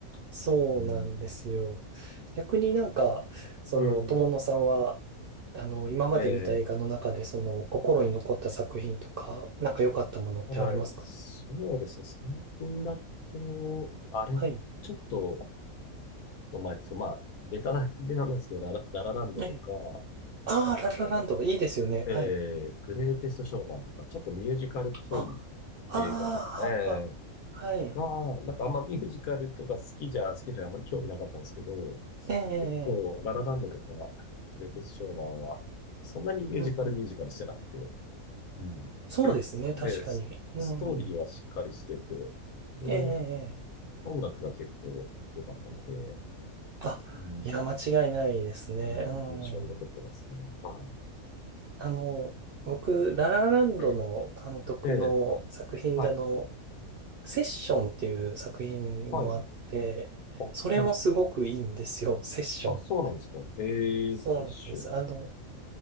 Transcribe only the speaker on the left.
うん。
うん。
え
ー、はい。そうですね。最近だと、あれ、
ちょっと、ちょっと前ですけど、まあ、ベタでなんですけど、ララ、ララランドとか、
あと、
えー、
グレイテストショーマンとか、ちょっとミュージカルっぽい
映画、え
えが、なんかあんまミュージカルとか好きじゃ、好きじゃあんまり興味なかったんですけど、
結構、
ララランドとか、グレイテストショーマンは、そんなにミュージカルミュージカルしてなくて、
うん。
で、ス、
ストーリーはしっかりしてて、で、
音楽が結構良かったので、
うん、
うん、
印象に残ってますね。はい。
うんで、はい、
はい、あ、
はい。
あ、そうなんですか。へえ、
セッション。